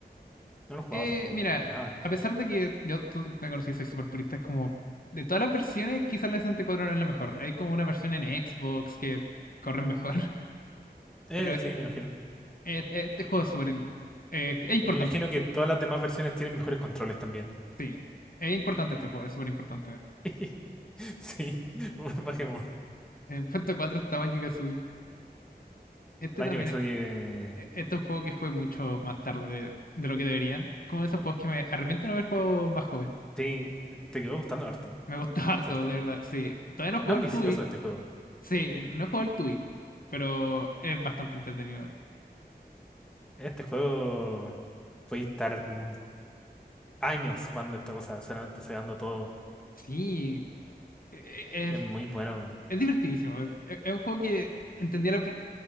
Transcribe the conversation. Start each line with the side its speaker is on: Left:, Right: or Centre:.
Centre: No lo he jugado
Left: Eh,
Centre: tampoco.
Left: mira,
Centre: Nada.
Left: a pesar de que yo, tú me conocí, soy súper purista, es como de todas las versiones, quizás la 64 no es la mejor. Hay como una versión en Xbox que corre mejor, <laughs>
Centre: Eh,
Left: pero es-
Centre: sí, me imagino.
Left: es- este juego es súper... im- eh, es importante,
Centre: Me imagino que todas las demás versiones tienen mejores controles también.
Left: sí. Es importante este juego, es súper importante.
Centre: <laughs> Sí, <laughs> bajemos.
Left: En Phantom 4 estaba en Banjo-Kazooie. Este
Centre: Daño
Left: también,
Centre: que estoy.
Left: e-
Centre: eh,
Left: e- este es un juego que jugué mucho más tarde de lo que debería. Como de esos juegos que me arrepiento de no haber jugado más joven.
Centre: Sí, te quedó gustando harto,
Left: Me gustó <laughs> harto,
Centre: ¿cierto?
Left: de verdad. Sí, todavía no
Centre: Es
Left: juego
Centre: ambicioso
Left: el Tui.
Centre: este juego.
Left: Sí, no he jugado el Tui, pero es bastante entretenido.
Centre: Este juego puede estar mm, años jugando esta cosa, solamente sacando todo.
Left: Sí, e- e-
Centre: Es
Left: es,
Centre: muy bueno.
Left: es divertidísimo. Es, es- es un juego que entendí a la pri-